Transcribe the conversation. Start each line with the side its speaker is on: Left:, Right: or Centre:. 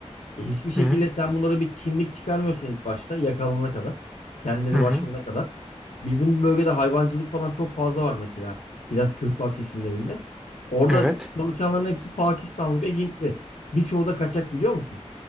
Left: E hiçbir şekilde
Centre: hı hı.
Left: sen bunlara bir kimlik çıkarmıyorsun ilk başta yakalanana kadar. Kendileri
Centre: hı hı.
Left: başvurana kadar. Bizim bu bölgede hayvancılık falan çok fazla var mesela. Biraz kırsal kesimlerinde. Orada
Centre: Evet.
Left: çalışanların hepsi Pakistanlı ve Hintli. Birçoğu da kaçak biliyor musun?